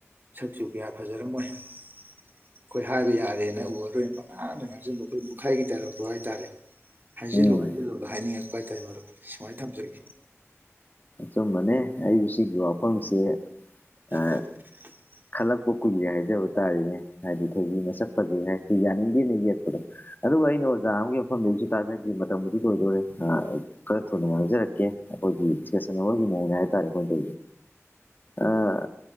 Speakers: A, on the right; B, on the left.
A: ꯁꯛꯁꯨ ꯀꯌꯥ ꯐꯖꯔꯝꯃꯣꯏ ꯑꯩꯈꯣꯏ ꯍꯥꯏꯕ ꯌꯥꯔꯦꯅ ꯎꯔꯔꯣꯏ ꯄꯉꯥꯗ ꯉꯥꯡꯁꯤꯟꯕ ꯑꯩꯈꯣꯏ ꯃꯈꯥꯏꯒꯤ ꯇꯔ ꯣ ꯍꯥꯏꯇꯥꯔꯦ ꯍꯥꯏꯖꯤꯜꯂꯨ
B: ꯎꯝ
A: ꯍꯥꯏꯖꯤꯜꯂꯨ ꯑꯗꯣ ꯍꯥꯏꯅꯤꯡꯉꯛꯄ ꯍꯥꯏꯇꯥꯔꯦ ꯃꯔꯨꯞ ꯁꯨꯃꯥꯏꯅ ꯊꯝꯖꯒꯦ
B: ꯆꯨꯝꯕꯅꯦ ꯑꯩꯕꯨ ꯁꯤꯒꯤ ꯋꯥꯐꯝꯁꯦ ꯑꯥ
A: <unintelligible>
B: ꯈꯜꯂꯛꯄ ꯀꯨꯏꯔꯦ ꯍꯥꯏꯖꯕ ꯇꯥꯔꯦꯅꯦ ꯍꯥꯏꯗꯤ ꯊꯣꯏꯕꯤꯅ ꯆꯠꯄꯒꯤꯩ ꯍꯥꯏꯁꯦ ꯌꯥꯅꯤꯡꯗꯦꯅ ꯌꯦꯛꯄꯗꯣ ꯑꯗꯨꯒ ꯑꯩꯅ ꯑꯣꯖꯥ ꯑꯃꯒꯤ ꯃꯐꯝꯗꯒꯤꯁꯨ ꯇꯥꯖꯈꯤ ꯃꯇꯝꯕꯨꯗꯤ ꯂꯣꯏꯗꯣꯔꯔꯦ ꯑ ꯈꯔ ꯊꯨꯅ ꯉꯥꯡꯖꯔꯛꯀꯦ ꯑꯩꯈꯣꯏꯒꯤ ꯗꯤꯁꯀꯁꯟ ꯑꯔꯒꯤ ꯃꯑꯣꯡꯅꯦ ꯍꯥꯏ ꯇꯥꯔꯦ ꯑꯩꯈꯣꯏꯅ ꯇꯧꯦ ꯑꯥ